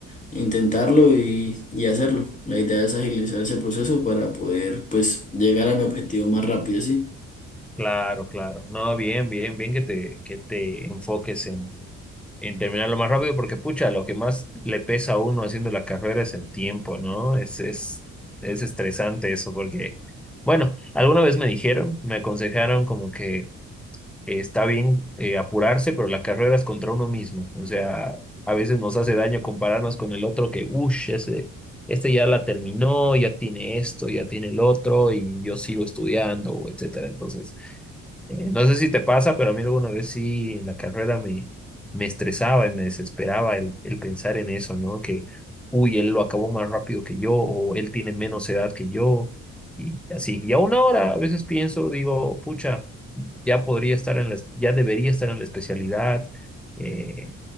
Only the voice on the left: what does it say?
intentarlo y, y hacerlo. La idea es agilizar ese proceso para poder, pues, llegar a mi objetivo más rápido, sí.